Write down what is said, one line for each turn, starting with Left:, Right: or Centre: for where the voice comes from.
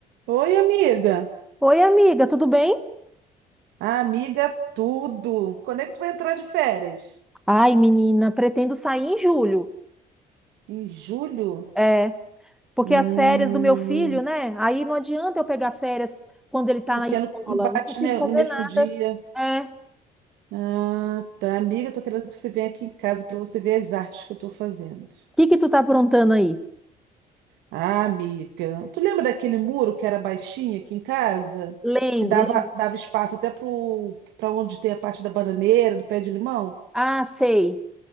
Right: Oi, amiga.
Centre: Oi, amiga, tudo bem?
Right: Ah, amiga, tudo. Quando é que tu vai entrar de férias?
Centre: Ai, menina, pretendo sair em julho.
Right: Em julho?
Centre: É, porque
Right: Hum,
Centre: as férias do meu filho, né? Aí não adianta eu pegar férias quando ele tá
Right: porque
Centre: na escola,
Right: não não bate,
Centre: não consigo
Right: né,
Centre: fazer
Right: no mesmo
Centre: nada.
Right: dia.
Centre: É. O
Right: Ah, tá. Amiga, tô querendo que você venha aqui em casa para você ver as artes que eu tô fazendo.
Centre: que que tu tá aprontando aí?
Right: Ah, amiga. Tu lembra daquele muro que era baixinho aqui em casa?
Centre: Lembro,
Right: Que dava,
Centre: lembro.
Right: dava espaço até pro, para onde tem a parte da bananeira, do pé de limão?
Centre: Ah, sei.